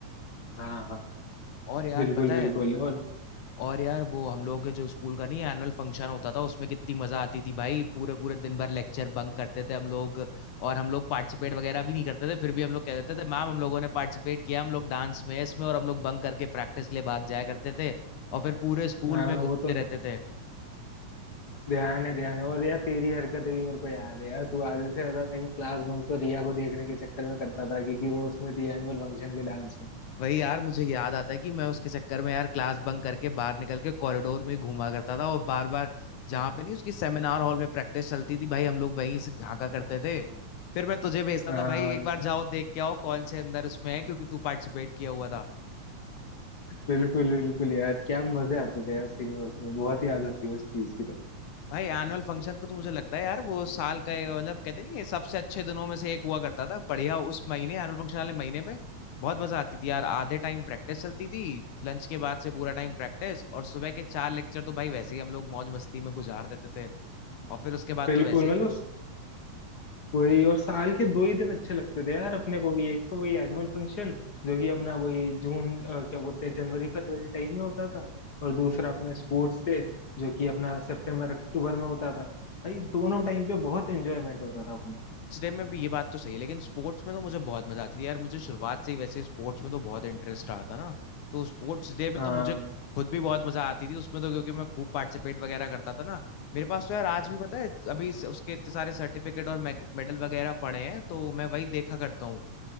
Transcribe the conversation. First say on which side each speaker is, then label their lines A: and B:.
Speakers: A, on the left; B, on the left.
A: हाँ हाँ
B: और यार
A: बिल्कुल
B: पता है
A: बिल्कुल और
B: और यार वो हम लोगों के जो स्कूल का नहीं एनुअल फंक्शन होता था उसमें कितनी मजा आती थी भाई पूरे पूरे दिन भर लेक्चर बंक करते थे हम लोग और हम लोग पार्टिसिपेट वगैरह भी नहीं करते थे फिर भी हम लोग कह देते थे मैम हम लोगों ने पार्टिसिपेट किया हम लोग डांस में इसमें और हम लोग बंक करके प्रैक्टिस के लिए भाग जाया करते थे और फिर पूरे स्कूल
A: हाँ
B: में घूमते
A: वो तो
B: रहते थे
A: ध्यान है ध्यान है और यार तेरी हरकतें भी मेरे को याद है यार तू आधे से ज्यादा टाइम क्लास बंक तो रिया को देखने के चक्कर में करता था क्योंकि वो उसमें थी एनुअल फंक्शन के डांस में
B: वही यार मुझे याद आता है कि मैं उसके चक्कर में यार क्लास बंक करके बाहर निकल के कॉरिडोर में ही घूमा करता था और बार बार जहाँ पे नहीं उसकी सेमिनार हॉल में प्रैक्टिस चलती थी भाई हम लोग वहीं से झांका करते थे फिर मैं तुझे भेजता
A: हाँ
B: था भाई एक बार जाओ देख के आओ कौन से अंदर उसमें है क्योंकि तू पार्टिसिपेट किया हुआ था
A: बिल्कुल बिल्कुल यार क्या मजे आते थे यार सिनेमास में बहुत याद आती है उस चीज की तो
B: भाई एनुअल फंक्शन का तो मुझे लगता है यार वो साल का ये मतलब कहते नहीं है सबसे अच्छे दिनों में से एक हुआ करता था बढ़िया उस महीने एनुअल फंक्शन वाले महीने में बहुत मजा आती थी यार आधे टाइम प्रैक्टिस चलती थी लंच के बाद से पूरा टाइम प्रैक्टिस और सुबह के चार लेक्चर तो भाई वैसे ही हम लोग मौज मस्ती में गुजार देते थे और फिर उसके बाद
A: बिल्कुल
B: तो वैसे ही
A: मतलब वही और साल के दो ही दिन अच्छे लगते थे यार अपने को भी एक तो वही एनुअल फंक्शन जो कि अपना वही जून अ, क्या बोलते हैं जनवरी फरवरी टाइम में होता था और दूसरा अपना स्पोर्ट्स डे जो कि अपना सितंबर अक्टूबर में होता था भाई दोनों टाइम पे बहुत एंजॉयमेंट होता था अपना
B: स्टेप में भी ये बात तो सही है लेकिन स्पोर्ट्स में तो मुझे बहुत मजा आती थी यार मुझे शुरुआत से ही वैसे स्पोर्ट्स में तो बहुत इंटरेस्ट रहा था ना तो स्पोर्ट्स डे में
A: हाँ
B: तो मुझे खुद भी बहुत मजा आती थी उसमें तो क्योंकि मैं खूब पार्टिसिपेट वगैरह करता था ना मेरे पास तो यार आज भी पता है अभी इस- उसके इतने सारे सर्टिफिकेट और मेडल वगैरह पड़े हैं तो मैं वही देखा करता हूँ